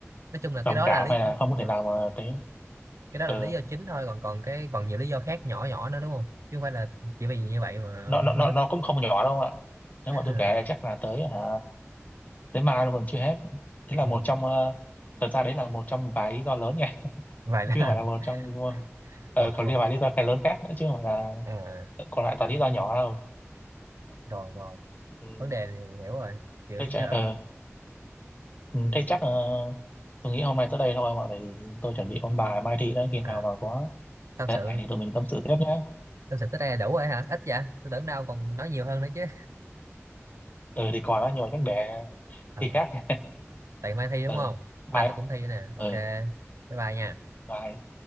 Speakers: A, on the right; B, on the left.
A: nói chung là
B: đồng
A: cái đó
B: cảm
A: là lý
B: hay là không có
A: ờ,
B: thể nào mà thấy
A: cái đó là
B: ừ
A: lý do chính thôi còn còn cái còn nhiều lý do khác nhỏ nhỏ nữa đúng không chứ không phải là chỉ vì như vậy mà ông
B: nó nó nó
A: không thích
B: nó cũng không nhỏ đâu ạ
A: <laughs>
B: nếu mà tôi kể chắc là tới hả tới mai luôn còn chưa hết thế là
A: ừ.
B: một trong ờ, thật ra đấy là một trong vài lý do lớn nha <laughs>
A: vậy
B: chứ
A: là
B: không phải là một trong ờ,
A: <laughs>
B: ờ,
A: Ờ,
B: còn
A: ờ.
B: liên vài lý do cái lớn khác nữa chứ không phải là
A: à,
B: ờ, còn lại toàn lý do nhỏ đâu
A: rồi rồi
B: ừ.
A: vấn đề này hiểu rồi kiểu
B: thế chắc
A: giờ
B: ờ, ừ, thế chắc ờ, tôi nghĩ hôm nay tới đây thôi mà tại vì tôi chuẩn bị ôn bài mai thi đó khi
A: à,
B: nào mà có
A: tâm
B: cái
A: sự
B: này thì tụi mình tâm sự tiếp nhé
A: tâm sự tới đây là đủ rồi hả ít vậy tôi tưởng đâu còn nói nhiều hơn nữa chứ
B: ừ thì còn đó nhưng mà chắc để
A: Ờ,
B: khi khác <laughs>
A: tại mai thi đúng
B: ừ
A: không mai
B: bye
A: tôi cũng thi nè ok
B: ừ
A: bye bye nha
B: bye